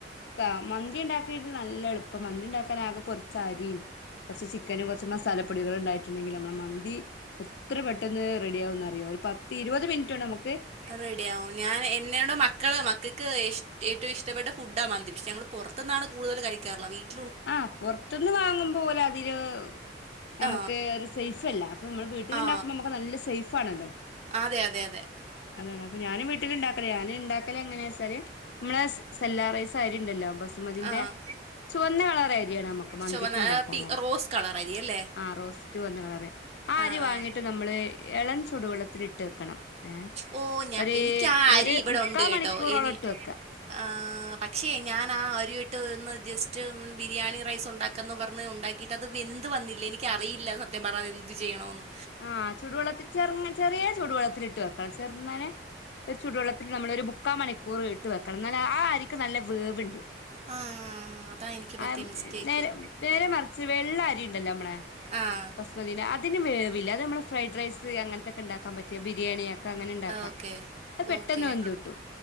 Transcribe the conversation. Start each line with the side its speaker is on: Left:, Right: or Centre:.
Left: കാ മന്തി ഉണ്ടാക്കനായിട്ട് നല്ല എളുപ്പ, മന്തി ഇണ്ടാക്കാൻ ആകെ കൊർച്ച അരിം, കൊർച്ച് ചിക്കനും കൊർച്ച് മസാല പൊടികള് ഇണ്ടായിട്ടുണ്ടെങ്കി നമ്മള് മ ന്തി എത്ര പെട്ടെന്ന് റെഡിയാവുന്നറിയൊ. ഒരു പത്ത് ഇരുപത് മിൻറ്റൊണ്ടമ്മക്ക്
Right: അത് റെഡിയാവും. ഞാൻ എന്നോട് മക്കള് മക്ക ക്കക്ക് ഇഷ് ഏറ്റവും ഇഷ്ടപ്പെട്ട ഫുഡാണ് മന്തി. പഷെ ഞങ്ങള് പൊറത്തുന്നാണ് കൂടുതല് കഴിക്കാറുള്ളത്. വീട്ടി
Left: ആഹ് പൊർത്തുന്ന് വാങ്ങുമ്പോലതില് നമക്ക്
Right: ആ
Left: അത് സേഫ് അല്ല. അപ്പൊ നമ്മള് വീട്ടിലുണ്ടാക്കുമ്പോ
Right: ആ
Left: നമ്മക്ക് നല്ല സേഫാണല്ലോ.
Right: അതെ അതെ അതെ.
Left: അതാണ് അപ്പൊ ഞാനും വീ ഞാന് ഇണ്ടാക്കല് എങ്ങനെച്ചാല് നമ്മളെ സെല്ലാ റൈസ് അരിണ്ടല്ലോ ബസുമതിന്റെ
Right: ആഹ്
Left: ചുവന്ന കളർ അരിയാണ് മ്മക്ക് മന്തിക്ക്
Right: ചുവന്ന
Left: ഇണ്ടാക്കമ,
Right: ഏഹ് പി റോസ് കളർ അരി അല്ലേ
Left: ആ റോസ് ചുവന്ന കളറ്. ആ അരി
Right: ആഹ്
Left: വാങ്ങിട്ട്
Right: ആഹ്
Left: നമ്മള് എളം ചുടുവെള്ളത്തിൽ ഇട്ട് വെക്കണം ഏ.
Right: ഓ ഞാ
Left: ഒരു
Right: എനിക്ക് ആ
Left: ഒരു
Right: അരി ഇവിടെ
Left: മുക്കാ
Right: ഉണ്ട് കേട്ടോ
Left: മണിക്കൂറോളം
Right: ഇനി
Left: ഇട്ട് വെക്കാ.
Right: ആഹ് പക്ഷേ ഞാൻ ആ അരി ഇട്ട് ഒന്ന് ജസ്റ്റ് ബിരിയാണി റൈസ് ഉണ്ടാ ക്കന്ന് പറഞ്ഞ് ഉണ്ടാക്കിയിട്ട്, അത് വെന്ത് വന്നില്ല. എനിക്കറിയില്ല സത്യ പറഞ്ഞാത് എന്ത് ചെയ്യണമെന്ന്.
Left: ആഹ് ചൂടുവെള്ളത്തിൽ ചെർങ്ങ ചെറിയ ചൂടുവെള്ളത്തില ഇട്ട് വെക്ക. ചെറുന്നനെ ഒരു ചുടുവെള്ളത്തിൽ നമ്മള ഒരു മുക്കാ മണിക്കൂർ ഇ ട്ട് വെക്കണം ന്നാലെ ആ അരിക്ക് നല്ല വേവ് ണ്ട്.
Right: ആഹ് അതാ എനിക്ക് പറ്റിയ
Left: ആമ്
Right: മിസ്റ്റേക്ക്
Left: നേരെ നേരെ മറച്ച് വെള്ള അരി ഇണ്ടല്ലോ നമ്മളെ,
Right: ആഹ്
Left: <unintelligible> അതിന് വേവില്ല, അത് നമ്മള് ഫ്രൈഡ് റൈസ് അങ്ങൻത്തൊക്കെ ഇണ്ടാക്കാൻ പറ്റിയ ബിരിയാണിയൊക്കെ അങ്ങനെ ഇണ്ടാക്കാ.
Right: ഓക്കെ
Left: അത് പെട്ടന്ന്
Right: ഓക്കെ
Left: വെന്ത് കിട്ടും.